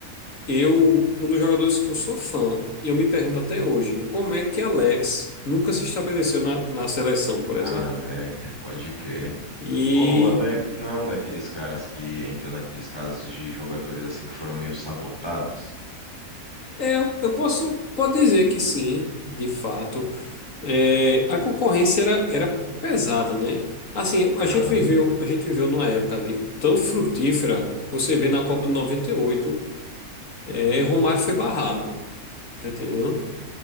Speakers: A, on the left; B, on the left.
A: Eu, um dos jogadores que eu sou fã, e eu me pergunto até hoje, como é que Alex nunca se estabeleceu na, na seleção, por exemplo?
B: Alex, pode crer.
A: E
B: Pô, o Alex não é um daqueles caras que entra naqueles casos de jogadores assim que foram meio sabotados.
A: é, eu posso, pode dizer que sim, de fato. É, a concorrência era, era pesada, né? Assim, a
B: Aham.
A: gente viveu, a gente viveu numa época ali tão frutífera, você vê na Copa de 98, é, Romário foi barrado, tá entendendo?